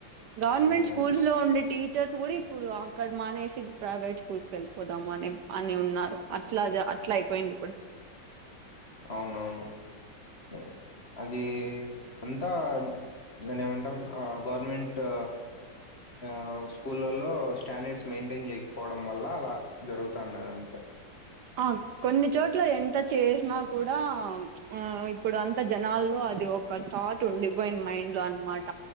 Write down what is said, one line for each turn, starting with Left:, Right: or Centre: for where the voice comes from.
Right: గవర్నమెంట్
Left: హ్మ్.
Right: స్కూల్స్ లో ఉండే టీచర్స్ గూడా ఇ ప్పుడు అక్కడ మానేసి ప్రైవేట్ స్కూల్స్ కి ఏళ్ళిపోదామా అనే ఆన్ నే ఉన్నారు అట్లాజ్ అట్లా అయిపోయింది ఇప్పుడు
Left: అవునవును ఉ అది అంతా దన్ ఏమంటాం ఆ గవర్నమెంటో ఆ స్కూళ్ళలో స్టాండర్డ్స్ మెయింటైన్ జేయకపోవడం వల్ల అలా జరుగుతన్నాయ్ అంతే
Right: అవున్ కొన్ని చోట్లా ఎంత చేశినా కూడా ఆ ఇప్పుడు అంత జనాల్లో అది ఒక్. ఒక థాట్ ఉండిపోయింది మైండ్ లో అన్మాట.